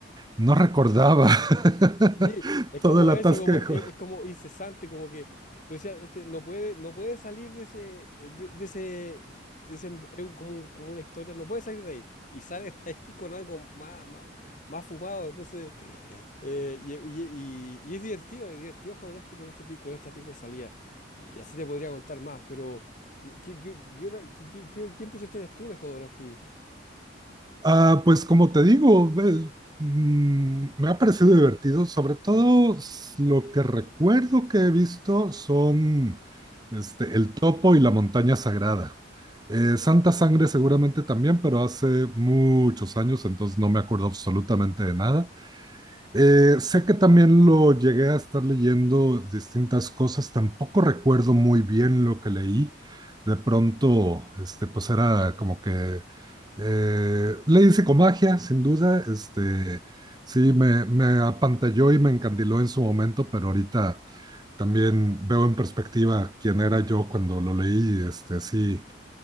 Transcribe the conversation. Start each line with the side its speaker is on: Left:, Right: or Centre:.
Right: no recordaba <laughs>
Left: <laughs> sí, es
Right: todo
Left: como
Right: el atasquejo.
Left: eso, como, eh, es, como incesante, como que tú decías, este no puede, no puede salir de ese, eh, de, de ese, de ese em- es un- como, un- como una historia, no puede salir de ahí. Y sale de ahí con algo más, más, más fumado. Entonces, <laughs> eh, y, y- y- y es divertido, es divertido Jodorowsky con este, ti- con este tipo de salida. Y así te podría contar más, pero ¿qué, qué, qué, otra- qué- qué- qué- qué impresión tienes tú de Jodorowsky?
Right: Ah, pues como te digo, ve- mm, me ha parecido divertido. Sobre todo s- lo que recuerdo que he visto son este, el topo y la montaña sagrada. Eh, Santa Sangre seguramente también, pero hace muchos años, entonces no me acuerdo absolutamente de nada. Eh, sé que también lo llegué a estar leyendo distintas cosas, tampoco recuerdo muy bien lo que leí. De pronto, este, pues era como que eh, leí psicomagia, sin duda. Este, sí, me, me apantalló y me encandiló en su momento, pero ahorita también veo en perspectiva quién era yo cuando lo leí. Este, sí.